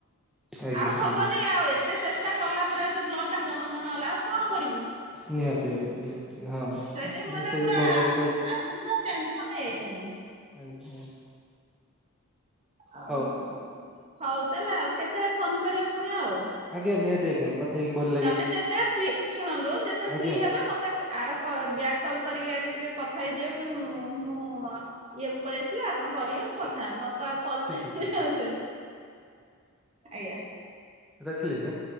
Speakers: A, in the centre; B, on the right (about 30°).
A: ଆଜ୍ଞା
B: ଆଉ ହବନି
A: ଆଜ୍ଞା
B: ଆଉ ଏତେ ଚେଷ୍ଟା ଷ୍ଟା କଲା ପରେ ଆଉ ବ୍ଲଡ଼ ଟା ବନ୍ଦ ନହେଲା ଆଉ କଣ କରିବୁ?
A: ନିହାତି ଆଜ୍ଞା ନିହାତି। ହଁ
B: ସେଇଥିପାଇଁ ମାନେ
A: ସେଇ
B: ପୁରା
A: ଭଗବାନଙ୍କ ଇଛା
B: ଆମେ ପୁରା ଟେନସନ ହେଇଯାଇଥିଲୁ
A: ଆଜ୍ଞା।
B: ଆଉ
A: ହଉ
B: ହଉ ତାହେଲେ ଆଉ କେତେବେଳେ ଫୋନ କରିବେ ପୁଣି ଆଉ,
A: ଆଜ୍ଞା ନିହାତି ଆଜ୍ଞା। କଥା ହେଇକି ଭ୍
B: ତମେ ଯେତେବେଳେ ଫ୍ରି ଶୁଣନ୍ତୁ ଯେତେବେଳେ
A: ଆଜ୍ଞା।
B: ଫ୍ରି ହେବେ ମତେ ଆର କ ବ୍ୟାକ୍ କଲ୍ କରିକି ଆଗେ ଟିକେ କଥା ହେଇଯିବା ପାଇଁ ମୁଁ ମୁଁ ଇଏକୁ ପଳେଇ ଆସିଲା ଆପଣ କରିବେ ମୁଁ
A: ଠିକ
B: କଥା ମତେ ଆଉ କଲେଜ
A: ଠିକ
B: ଯିବିନି
A: ଅଛି
B: ଆଜ୍ଞା।
A: ରଖିଲେ ଆଜ୍ଞା।